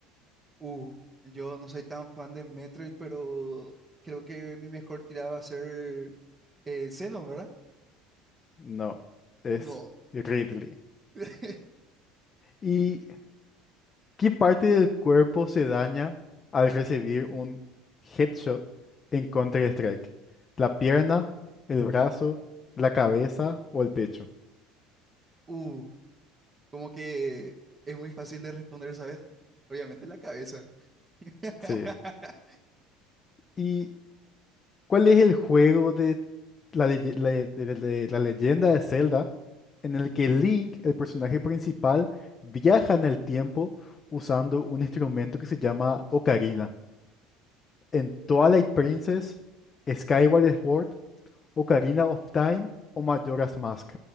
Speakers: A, on the right (about 25°); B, on the left (about 30°).
A: Uh, yo no soy tan fan de Metroid, pero creo que mi mejor tirada va a ser eh, Xenon, ¿verdad?
B: No, es
A: No.
B: Ridley.
A: <laughs>
B: ¿Y qué parte del cuerpo se daña al recibir un headshot en Counter-Strike? ¿La pierna, el brazo, la cabeza o el pecho?
A: Uh, como que es muy fácil de responder, ¿sabes? Obviamente la cabeza. <laughs>
B: Sí. Y ¿Cuál es el juego de la, leye- la- de- de- de la leyenda de Zelda en el que Link, el personaje principal, viaja en el tiempo usando un instrumento que se llama ocarina? En Twilight Princess, Skyward Sword, Ocarina of Time o Majora's Mask.